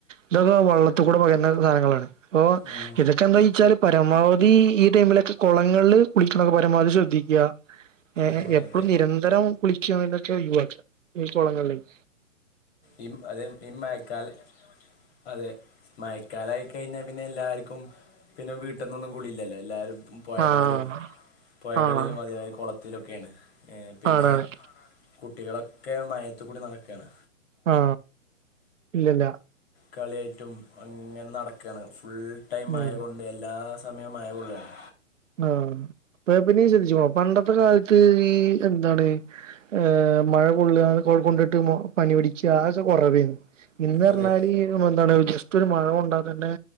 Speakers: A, on the right; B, on the left.
A: ഇതൊക്കെ വള്ളത്ത് കൂടെ പകരുന്നരു സാനങ്ങളാണ് അപ്പൊ
B: ഉം
A: ഇതൊക്കെ എന്തായിച്ചാൽ പരമാവധി- ഈ ടൈമിലൊക്കെ കുളങ്ങള്ൾ കുളിക്ക്ണത് പരമാവധി ശ്രദ്ധിക്ക ഏ
B: ആ
A: എപ്പോഴും
B: അതെ
A: നിരന്തരം കുളി - ക്യോവലൊക്കെ ഒയിവാക്ക ഈ കുളങ്ങളിലേയ്
B: ഈ അത് ഈ മയക്കാല അതെ മയക്കാലായി കഴിഞ്ഞാൽ പിന്നെ എല്ലാർക്കും പിന്നെ വീട്ട്ന്നൊന്നും കുളിയില്ലല്ലോ എല്ലാരും പുയകളിലും
A: ആഹ്
B: പുയകളിലും
A: ആഹ്
B: അതായിരി കുളത്തിലൊക്കേണ് ഏ പിന്നേ
A: ആണാണ്
B: - കുട്ടികളൊക്കെ മയത്തുകൂടി നടക്കാണ്
A: ആ ഇല്ലല്ല
B: കളിയായിട്ടും അങ്ങനെ നടക്കാണ് ഫുൾ ടൈം മയകൊണ്ട്
A: ഉം
B: എല്ലാ- സമയം കൊള്ളാണ്
A: ആ. പെ, പിന്നെയ്യ് ശ്രദ്ധിച്ചോ, പണ്ടത്തെ കാലത്ത്, ഈ, എന്താണ്, ഏ, മഴ, കൊള്ള കൊണ്ടിട്ട്, മൊ, പനി, പിടിക്ക, അ ഒക്കെ, കുറവേന്ന്, ഇന്ന്
B: അതെ
A: റഞ്ഞാല്, എന്തണ് റ്റൊരു, മഴ, കൊണ്ടാതെന്നെ,